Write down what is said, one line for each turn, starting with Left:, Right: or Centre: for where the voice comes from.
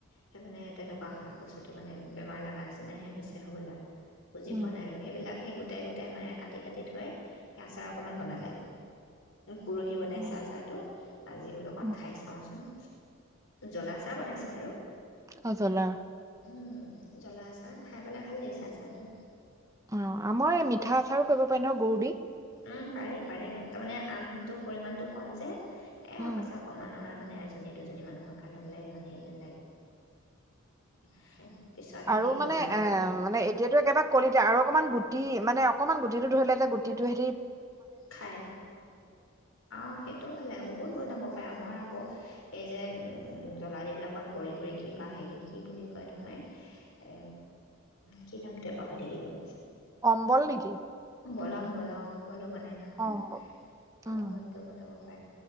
Left: সেই মানে তেনেকুৱা হয় বস্তুটো মানে বেমাৰ লাগা নিচিনাহে হৈছে হ'বলা। বুজি
Right: উম।
Left: পোৱা নাই আৰু সেইবিলাক। সেই গোটাই, গোটাই মায়ে কাটি কাটি থৈ সেই আচাৰ অকণমান বনালে, পৰহি বনাইছে
Right: অ',
Left: আচাৰটো। আজি বোলো অকণ
Right: উম।
Left: খাই চাওঁচোন। জলা চাহ বনাইছো আৰু।
Right: অ', জ্বলা
Left: উম, জ্বলা আচাৰ খাই পেলাই ভাল লাগিছে আচাৰটো।
Right: অ', আমাৰ এই মিঠা আচাৰো কৰিব পাৰি নহ গৰু দি।
Left: উম, পাৰে পাৰে তাৰমানে আমটোৰ পৰিমাণটো কম যে। এ
Right: উম।
Left: অ', কৈছা অকমান ন' ন' মানে এজনী দুজনী মানুহৰ কাৰণে বোলে ইমান হেৰি নালাগে। <inaudible>
Right: আৰু
Left: সেই
Right: মানে
Left: বজাৰৰ
Right: এ,
Left: পৰা কিনিব
Right: মানে এতিয়াতো একেবাৰে কলিতে আৰু অকণমান গুটি, মানে অকণমান গুটিটো ধৰিলে এতি গুটিটোবেদি
Left: খাই অ', সেইটোও ভাল লাগে বহুত বনাব পাৰে আমৰ আকৌ। সেই যে উম, জলা দি পেলে অকণ বইল কৰি কি বা হেৰি, কি বুলি কয় নহয়? অ, কি নামটোৱে পাহৰি থাকিলোঁ।
Right: অম্বল নেকি?
Left: পলম বলম বলো বনে হে নহয়,
Right: অ অম্বল উম
Left: অম্বলটো বনাব ত